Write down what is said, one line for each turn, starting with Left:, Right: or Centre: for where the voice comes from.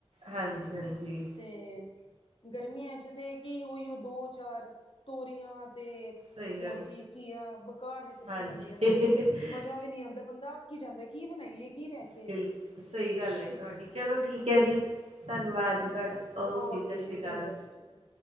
Right: ਹਾਂਜੀ ਹਾਂਜੀ।
Left: ਤੇ ਗਰਮੀਆਂ ਚ ਤੇ ਕੀ ਹੋਇਓ ਦੋ ਚਾਰ ਤੋਰੀਆਂ ਤੇ
Right: ਸਹੀ
Left: ਹੋਰ
Right: ਗੱਲ
Left: ਕੀ ਘੀਆ ਬੁਕਾਰ ਜਿਹੀ ਸਬਜ਼ੀਆਂ
Right: ਹਾਂਜੀ
Left: ਆਉਂਦੀਆਂ ਨੇ
Right: ਬਿਲਕੁਲ
Left: ਮਜ਼ਾ ਵੀ ਨਹੀਂ ਆਉਂਦਾ ਬੰਦਾ। ਜਾਂਦਾ ਕੀ ਬਣਾਈਏ ਕੀ ਰਹਿ
Right: ਬਿਲੁ ਸਹੀ ਗੱਲ ਹੈ ਜੀ ਤੁਹਾਡੀ ਚਲੋ ਠੀਕ ਹੈ ਜੀ। ਧੰਨਵਾਦ
Left: ਹਾਂਜੀ
Right: ਜੀ ਤੁਹਾਡਾ ਓਕੇ ਸਤਿ ਸ਼੍ਰੀ
Left: ਜੀ ਚੰਗਾ
Right: ਅਕਾਲ।
Left: ਜੀ ਚੰਗਾ